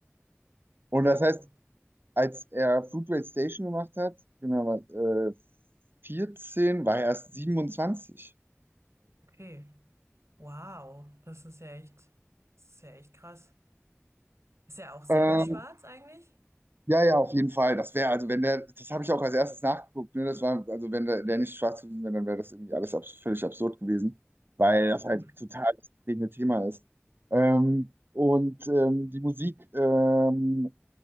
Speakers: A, on the right; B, on the right.
A: Und
B: So,
A: das heißt, als er Fruitvale Station gemacht hat, genau, äh, 14, war er erst 27.
B: okay. Wow, das ist ja echt, das ist ja echt krass. Ist er auch selber
A: Ähm,
B: schwarz eigentlich?
A: ja, ja, auf jeden Fall. Das wäre, also wenn der, das habe ich auch als erstes nachgeguckt, ne? Das war, also wenn der, der nicht schwarz gewesen wäre, dann wäre das irgendwie alles abs völlig absurd gewesen, weil das halt
B: Okay.
A: total das prägende Thema ist. Ähm, und ähm, die Musik ähm,